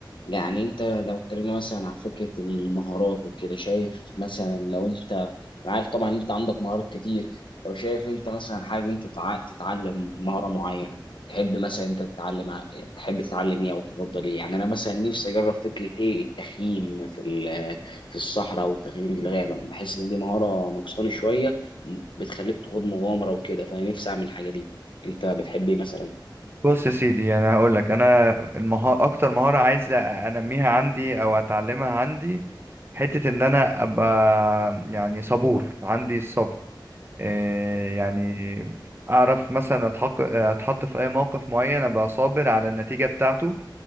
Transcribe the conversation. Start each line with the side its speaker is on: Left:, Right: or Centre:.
Left: يعني انت لو اتكلمنا مثلا عن فكره المهارات وكده شايف مثلا لو انت عارف طبعا انت عندك مهارات كتير لو شايف انت مثلا حابب انت تع- تتعلم مهاره معينه تحب مثلا انت تتعلم ع- تحب تتعلم ايه او تفضل ايه يعني انا مثلا نفسي اجرب فكره ايه التخييم في ال- في الصحراء او التخييم في الغابه بحس ان دي مهاره نقصاني شويه بتخليك تخوض مغامره وكده فانا نفسي اعمل الحاجه دي انت بتحب ايه مثلا
Right: بص يا سيدي يعني هقول لك انا المها اكتر مهاره عايز انميها عندي او اتعلمها عندي حته ان انا ابقى يعني صبور عندي الصبر آه، يعني اعرف مثلا اتحق اتحط في اي موقف معين ابقى صابر على النتيجة بتاعته